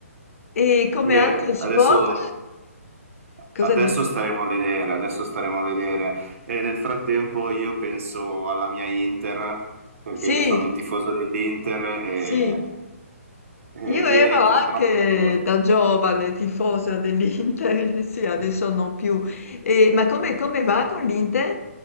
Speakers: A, on the left; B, on the right.
A: E come
B: Beh,
A: altri
B: ad-
A: sport?
B: adesso,
A: Cosa
B: adesso
A: dici?
B: staremo a vedere, adesso staremo a vedere. E nel frattempo io penso alla mia Inter, perché
A: Sì,
B: io sono un tifoso dell'Inter e,
A: sì.
B: e
A: Io ero
B: ieri purtroppo...
A: anche da giovane tifosa dell'Inter, <laughs> sì, adesso non più. E- ma come, come va con l'Inter?